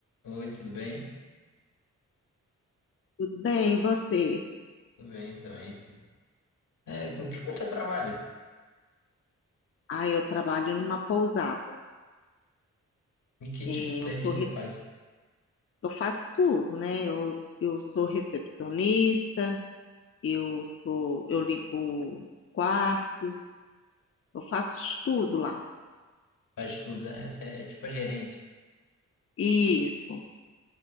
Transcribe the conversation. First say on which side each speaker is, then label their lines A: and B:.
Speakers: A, on the left; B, on the left.
A: Oi, tudo bem?
B: Tudo bem, e você?
A: Tudo bem também. É, com que você trabalha?
B: Ah, eu trabalho numa pousada.
A: E que
B: É,
A: tipo de serviço
B: eu sou, re-
A: você faz?
B: eu faço tudo, né? Eu, eu sou recepcionista, eu sou, eu limpo quartos, eu faço de tudo lá.
A: Faz tudo, né? Você é tipo a gerente.
B: Isso.